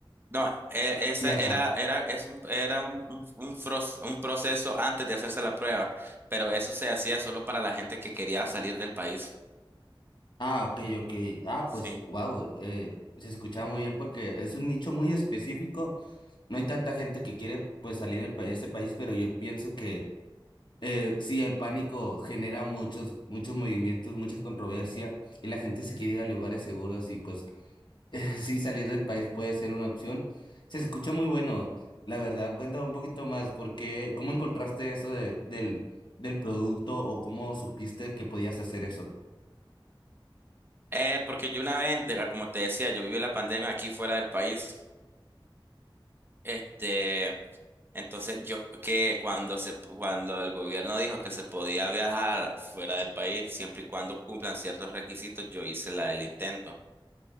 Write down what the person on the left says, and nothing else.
viajar?
Ah, ok, ok. Ah,
pues, wow, eh, se escuchaba muy bien porque es un nicho muy específico. No hay tanta gente que quiere pues salir de pa- de ese país, pero yo pienso que eh, sí, el pánico genera muchos, muchos movimientos, mucha controversia y la gente se quiere ir a lugares seguros y pues <laughs> Sí, salir del país puede ser una opción. Se escucha muy bueno. La verdad, cuéntame un poquito más, porque ¿cómo encontraste eso de, del, del producto o cómo supiste que podías hacer eso?